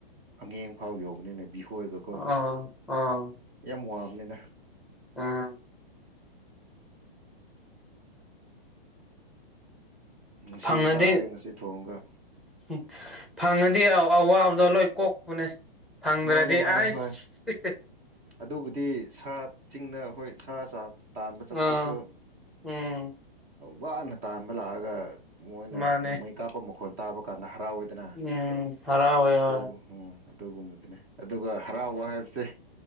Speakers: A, on the right; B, in the centre.
A: ꯑꯉꯦꯡ ꯐꯥꯎ ꯌꯧꯕꯅꯤꯅꯦ ꯕꯤꯍꯣꯏꯒꯀꯣ
B: ꯑꯥ ꯑꯥ
A: ꯅꯦꯗ
B: ꯎꯝ
A: ꯉꯁꯤ
B: ꯐꯪꯉꯗꯤ
A: ꯆꯥꯔꯒ ꯉꯁꯤ ꯊꯣꯡꯒ
B: ꯎꯝ ꯐꯪꯉꯗꯤ ꯑꯋꯥꯕꯗꯣ ꯂꯣꯏ ꯀꯣꯛꯄꯅꯦ ꯐꯪꯗ꯭ꯔꯗꯤ
A: ꯃꯥꯅꯦ ꯃꯥꯅꯦ
B: ꯑꯩꯁ
A: ꯍꯣꯏ ꯑꯗꯨꯕꯨꯗꯤ ꯁꯥ ꯆꯤꯡꯅ ꯑꯩꯈꯣꯏ ꯁꯥ ꯆꯥ ꯇꯥꯟꯕ ꯆꯠꯄꯗꯨꯁꯨ
B: ꯑꯥ ꯎꯝ
A: ꯋꯥꯅ ꯇꯥꯟꯕ ꯂꯥꯛꯑꯒ ꯃꯣꯏꯅ
B: ꯃꯥꯅꯦ
A: ꯅꯣꯡꯃꯩ ꯀꯥꯞꯄ ꯃꯈꯣꯟ ꯇꯥꯕ ꯀꯥꯟꯗ ꯍ ꯔꯥ ꯑꯣꯏꯗꯅ
B: ꯎꯝ ꯍꯔꯥꯎꯋꯦ
A: ꯑꯗꯨꯒ
B: ꯍꯣꯏ
A: ꯎ ꯑꯗꯨꯒꯨꯝꯕꯗꯨꯅꯦ ꯑꯗꯨꯒ ꯍꯔꯥꯎꯕ ꯍꯥꯏꯕꯁꯦ